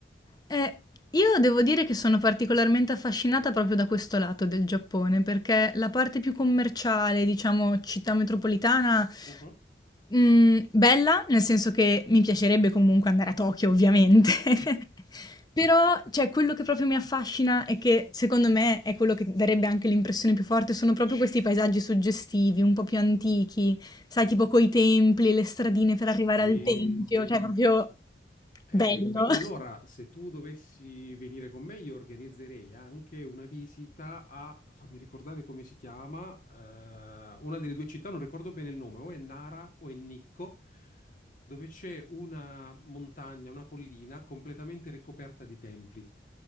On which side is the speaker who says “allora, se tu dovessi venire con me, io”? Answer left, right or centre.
Left